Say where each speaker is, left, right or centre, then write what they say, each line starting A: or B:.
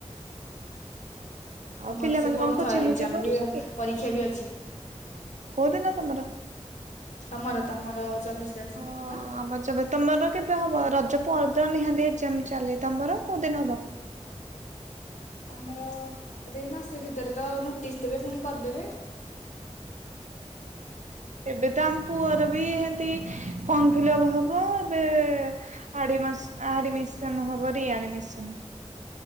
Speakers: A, on the right (about 80°); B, on the left (about 80°).
A: ଆଉ
B: ଭଲସେ
A: ପିଲାମାନେ
B: ପଢ଼ୁଥାଓ
A: କଣ କୋଚିଂ
B: ଏକ୍ଜାମ
A: ଫୋଚିଂ କରୁଛ
B: ବି ପରୀକ୍ଷା ବି ଅଛି।
A: କୋଉଦିନ ତମର?
B: ତମର ତମର ଚବିଶ <unintelligible>
A: ହଁ
B: ବା।
A: ଆମର ଯେବେ ତମର କେବେ ହବ ରଜ ପରେ ନିହାତି ଏଜ୍ଜାମ୍ ଚାଲେ। ତମର କୋଉ ଦିନ ହବ?
B: ଆମର ଏବେ ମାସେ ଭିତରେ ତ ନୋଟିସ୍ ଦେବେ ପୁଣି କରିଦେବେ ଆଉ।
A: ଏବେ ତ ଆମ ପୁଅର ହେମିତି ଫର୍ମଫିଲପ୍ ହବ। ଏବେ ଆଡିମାସ୍ ଆଡିମିସନ୍ ହବ ରିଆଡିମିସନ୍।